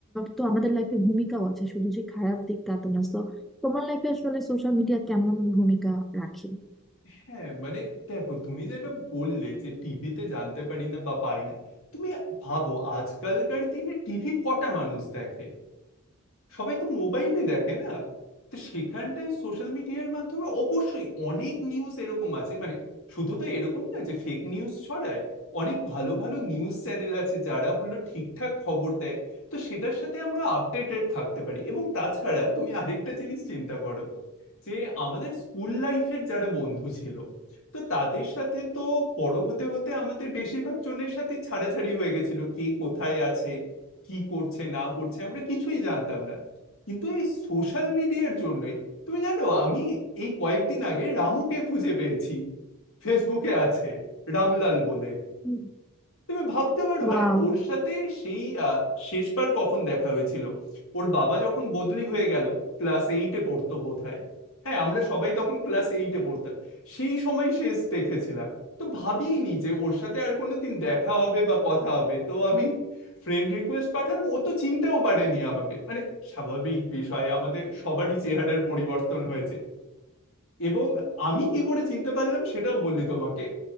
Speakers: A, in the centre; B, on the left.
A: তো আমাদের লাইফে ভূমিকাও আছে শুধু যে খারাপ দিক তা তো না So, তোমার লাইফে আসলে সোশ্যাল মিডিয়া কেমন ভূমিকা রাখে
B: হ্যাঁ মানে দেখো তুমি যেটা বললে যে টিভিতে জানতে পারি না বা পাই না তুমি ভাবো আজকালকার দিনে টিভি কটা মানুষ দেখে সবাই তো মোবাইলে দেখে না তো সেখানটাই সোশ্যাল মিডিয়ার মাধ্যমে অবশ্যই অনেক নিউজ এরকম আছে মানে শুধু তো এরকম না যে ফেক নিউজ ছড়ায় অনেক ভালো ভালো নিউজ চ্যানেল আছে যারা হলো ঠিকঠাক খবর দেয় তো সেটার সাথে আমরা আপডেটেড থাকতে পারি এবং তাছাড়া তুমি আরেকটা জিনিস চিন্তা করো যে আমাদের স্কুল লাইফের যারা বন্ধু ছিল তো তাদের সাথে তো বড় হতে হতে আমাদের বেশিরভাগ জনের সাথে ছাড়াছাড়ি হয়ে গেছিল কে কোথায় আছে কি করছে না করছে আমরা কিছুই জানতাম না কিন্তু এই সোশ্যাল মিডিয়ার জন্যই তুমি জানো আমি এই কয়েকদিন আগে রামুকে খুঁজে পেয়েছি ফেসবুকে আছে রামলাল বলে
A: হুম।
B: তুমি ভাবতে পারো
A: ওয়াও
B: মানে ওর সাথে সেই আহ, শেষবার কখন দেখা হয়েছিল ওর বাবা যখন বদলি হয়ে গেল ক্লাস এইটে পড়তো বোধহয় হ্যাঁ আমরা সবাই তখন ক্লাস এইটে পড়তাম সেই সময় শেষ দেখেছিলাম তো ভাবিনি যে ওর সাথে আর কোনোদিন দেখা হবে বা কথা হবে তো আমি ফ্রেন্ড রিকোয়েস্ট পাঠালাম ও তো চিনতেও পারেনি আমাকে মানে স্বাভাবিক বিষয় আমাদের সবারই চেহারার পরিবর্তন হয়েছে এবং আমি কি করে চিনতে পারলাম সেটাও বললি তোমাকে